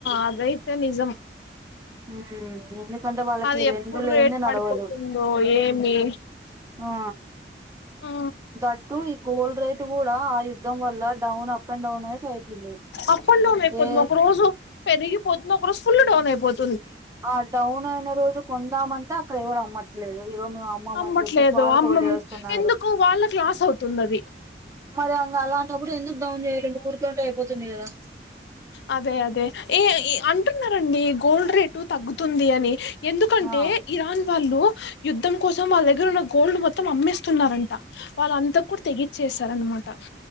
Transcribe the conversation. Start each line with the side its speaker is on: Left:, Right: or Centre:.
Left: అదైతే నిజం
Right: అ అంటే వాళ్ళకి
Left: అది
Right: రెండు
Left: ఎప్పుడు
Right: లేని
Left: రేట్
Right: నడవదు
Left: పడిపోతుందో ఏమి
Right: ఆ
Left: ఆ
Right: దట్టు ఈ గోల్డ్ రేటు కూడా ఆ యుద్ధం వల్ల డౌన్ అండ్ డౌన్ అనేసి అవుతుంది
Left: అప్ అండ్ డౌన్ అయిపోతుంది
Right: ఏ
Left: ఒక రోజు పెరిగిపోతుంది ఒక రోజు ఫుల్ డౌన్ అయిపోతుం
Right: ఆ డౌన్ అయిన రోజు కొందామంటే అక్కడ ఎవరు అమ్మట్లేదు. ఇగో మీ అమ్మమ్మని
Left: అమ్మట్లేదు
Right: చెప్పేసి బాగా
Left: అమ్మము
Right: ఫోన్లు చెస్తున్నారు
Left: ఎందుకు వాళ్ళకి లాస్ అవుతుంది అది
Right: మరి అలాంటప్పుడు ఎందుకు డౌన్ చేయడం ఊరికెళ్తే అయిపోతుంది కదా
Left: అదే అదే ఏ అంటున్నారండి గోల్డ్ రేటు తగ్గుతుంది అని ఎందుకంటే
Right: ఆ
Left: ఇరాన్ వాళ్ళు యుద్ధం కోసం వాళ్ళ దగ్గర ఉన్న గోల్డ్ మొత్తం అమ్మేస్తున్నారంట వాళ్ళ అంతా కుడా తెగిచ్చర్ చేస్తారనమాట